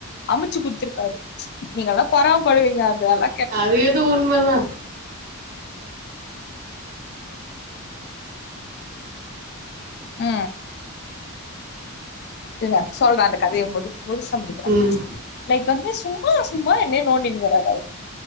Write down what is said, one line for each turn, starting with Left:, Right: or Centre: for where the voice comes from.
Left: அமச்சு குடுத்துருக்காரு நீங்கல்லா பொறாம படுவீங்க அந்த அல
Right: அது ஏதோ உண்மதா
Left: ஆ இருங்க சொல்றே அந்த கதயபோது முழுசா முடிக்குறே
Right: ம்
Left: லைக் வந்து சும்மா சும்மா என்னயே நோன்டினுக்குறாரு அவரு